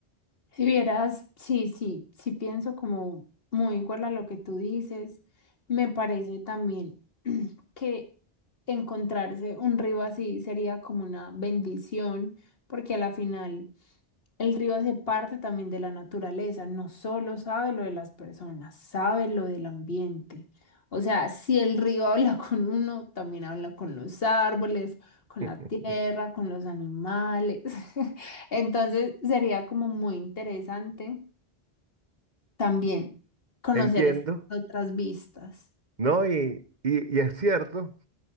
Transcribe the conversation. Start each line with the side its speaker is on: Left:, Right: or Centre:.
Left: Si vieras, sí, sí, sí pienso como muy igual a lo que tú dices. Me parece también <clears throat> que encontrarse un río así sería como una bendición, porque a la final el río hace parte también de la naturaleza, no solo sabe lo de las personas, sabe lo del ambiente. O sea, si el río <laughs> habla con uno, también habla con los árboles, con
Right: <laughs>
Left: la tierra, con los animales. <laughs> Entonces sería como muy interesante también conocer
Right: Entiendo,
Left: esas otras vistas.
Right: ¿no? Y, y, y es cierto.